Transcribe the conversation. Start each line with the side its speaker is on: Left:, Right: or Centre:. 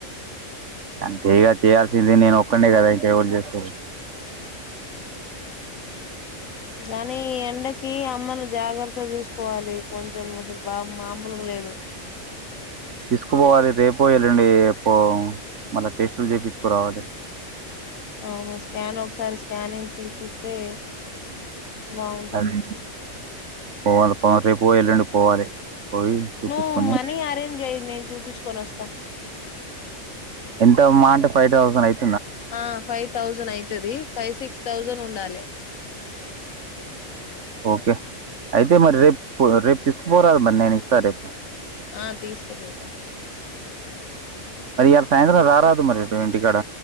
Right: అంతేగా చేయాల్సింది నేను ఒక్కడ్నే కదా ఇంక ఎవరు చేస్తుర్రు
Left: కానీ ఎండకి అమ్మను జా చూసుకోవాలి కొంచెం అసలు బా మామూలుగ లేదు
Right: తీసుకుపోవాలి రేపో ఎల్లుండి పో మళ్ళా టెస్టులు తీపించుకురావాలి
Left: అవును స్కాన్ ఒకసారి స్కానింగ్ చిపి తే బాగుంటుంది
Right: అది పోవాలి బా రెపో ఎల్లుండో పోవాలి పోయి చూపించుకొని
Left: నువ్వు మనీ అరేంజ్ చేయి నేను చూపించుకొని వస్తా
Right: ఎంత మాహ అంటే ఫైవ్ థౌసండ్ అయితే
Left: ఆ ఫైవ్ థౌజన్ అయ్యితది ఫైవ్ సిక్స్ థౌజన్ ఉండాలి
Right: ఓకే అయితే మరి రేపు రేపు తీసుకుపోరా మరి నేను ఇస్తా రేపు
Left: ఆ తీసుకోపోతా
Right: <unintelligible> సాయంత్రం రారదు మరి ఇటు ఇంటికాడ